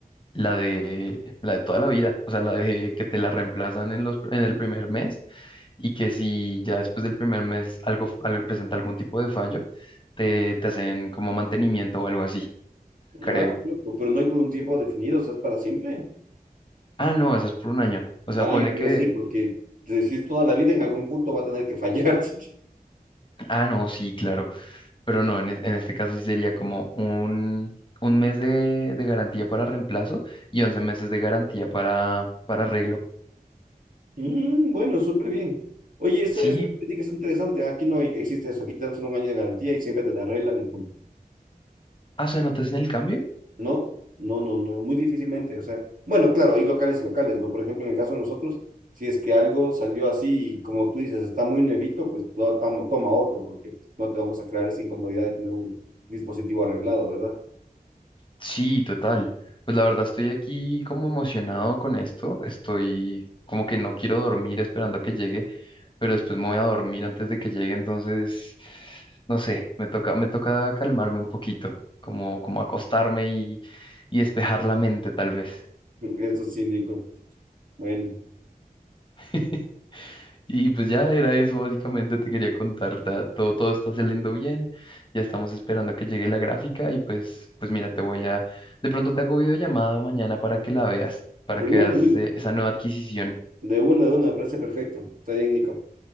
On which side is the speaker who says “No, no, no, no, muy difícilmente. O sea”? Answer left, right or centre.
Right